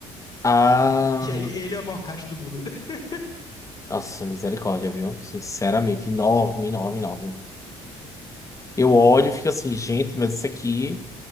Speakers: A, on the left; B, on the left.
A: Ah,
B: Que aí ele é o maior caixa do mundo. <laughs>
A: nossa, misericórdia, viu? Sinceramente, enorme, enorme, enorme. Eu olho e fico assim, gente, mas isso aqui,